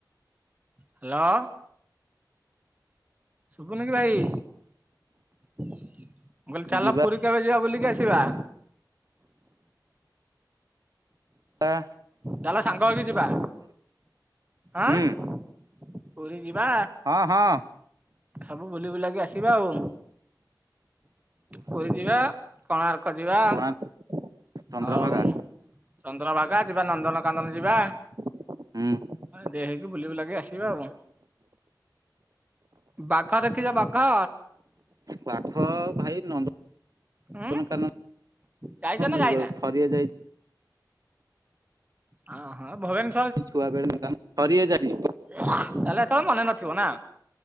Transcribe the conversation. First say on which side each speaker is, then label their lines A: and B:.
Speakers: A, on the right; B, on the right.
A: ହଲୋ? ଶୁଭୁନି କି ଭାଇ? ମୁଁ କହିଲି ଚାଲା
B: ଯିବା
A: ପୁରୀ କେବେ ଯିବା ବୁଲିକି ଆସିବା।
B: ବା
A: ଚାଲ ସାଙ୍ଗ ହେଇକି ଯିବା। ଆଁ?
B: ହୁଁ
A: ପୁରୀ ଯିବା
B: ହଁ ହଁ
A: ସବୁ ବୁଲି ବୁଲାକି ଆସିବା ଆଉ। ପୁରୀ ଯିବା କୋଣାର୍କ ଯିବା।
B: କୋଣାର୍କ ଚନ୍ଦ୍ରଭାଗା
A: ଆଉ ଚନ୍ଦ୍ରବାଗା ଯିବା ନନ୍ଦନକାନନ ଯିବା।
B: ହୁଁ।
A: ଦେ ହେଇକି ବୁଲି ବୁଲାକି ଆସିବା ଆଉ। ବାଘ ଦେଖିଛ ବାଘ?
B: ବାଘ ଭାଇ ନନ୍ଦ
A: ଉଁ
B: ନ କାନନ
A: ଯାଇଛ ନା
B: ଯିବାକୁ
A: ଯାଇନା
B: ଥରିଏ ଯାଇଛି।
A: ହଁ ହଁ ଭବାନ
B: ଛୁଆ ବେଳେ <unintelligible> ଥରିଏ ଯାଉଚି।
A: ତାହେଲେ ଏତେବେଳେ ମନେ ନଥିବ ନା?